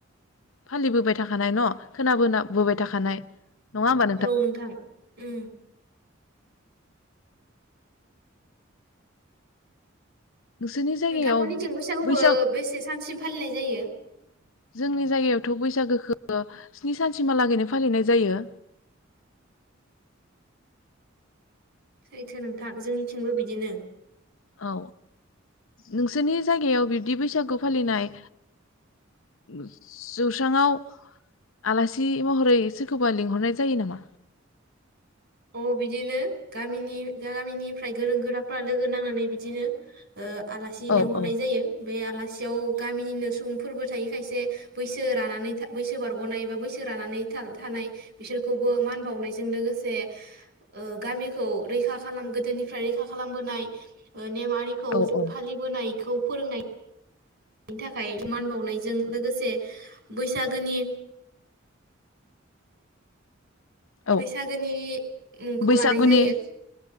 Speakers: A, on the left; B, on the right.
A: फालिबोबाय थाखानाय न' खोनाबोबाय थाखानाय नङा होमबा
B: औ नोंथां उम।
A: नोंसोरनि जायगायाव
B: नोंथांमोननिथिं बैसागुखौ
A: बैसाग
B: बेसे सानसिम फालिनाय जायो?
A: जोंनि जायगायावथ' बैसागोखो स्नि सानसिमहालागैनो फालिनाय जायो।
B: सैथो नोंथां जोंनिथिंबो बिदिनो।
A: औ नोंसोरनि जायगायाव बिब्दि बैसागु फालिनाय जौसांआव आलासि महरै सोरखोबा लिंहरनाय जायो नामा?
B: अ बिदिनो गामिनि गामिनिफ्राय गोरों गोराफ्रा लोगो नांनानै बिदिनो ओ। आलासि लेंहरनाय
A: औ औ
B: जायो बे आलास सेयाव गामिनिनो सुबुंफोरबो थायो खायसे बैसो रानानै बैसो बारग'नाय बा बैसो रानानै थानाय बिसोरखौबो मान बावनायजों लोगोसे ओ गामिखौ रैखा खालाम गोदोनिफ्राय रैखा खालामबोनाय ओन नेमारिखौजो
A: औ औ
B: फालिबोनायखौब फोरोंनाय बेनि थाखाय मान बावनायजों लोगोसे बैसागोनि
A: औ
B: बैसागोनि मुंखौ
A: बैसागुनि
B: लानाय जायो।